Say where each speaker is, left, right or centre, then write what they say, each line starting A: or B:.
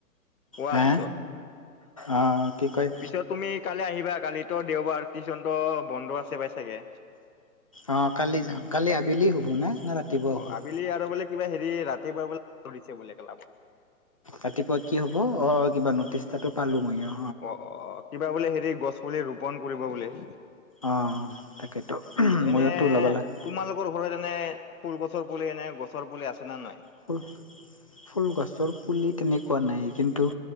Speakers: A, on the left (about 70°); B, on the left (about 25°).
A: কোৱা
B: হা
A: পিছত
B: অ' কি কয়
A: পিছত তুমি কালি আহিবা কালি ত দেওবাৰ তিজনত বন্ধু আছে পাই চাগে
B: অঁ কালি যাম কালি আবেলি হ'ব ন না ৰাতিপুৱা
A: অ
B: হ'ব
A: আবেলি আৰু বোলে কিবা হেৰি ৰাতিপুৱ বলে ধৰিছে বোলে কলাবত
B: ৰাতিপুৱা কি হব অ কিবা নটিছ এটাটো পালো মই অ
A: অ - অ কিবা বোলে হেৰি গছ পুলি ৰোপন কৰিব বোলে। অ,
B: অ তাকেতো ময়োতো
A: এনে
B: ওলাব লাগে
A: তোমালোকৰ ঘৰত এনে ফুল গছৰ পুলি এনে গছৰ পুলি আছে নে নাই।
B: ফুল- ফুল গছৰ পুলি তেনেকুৱা নাই কিন্তু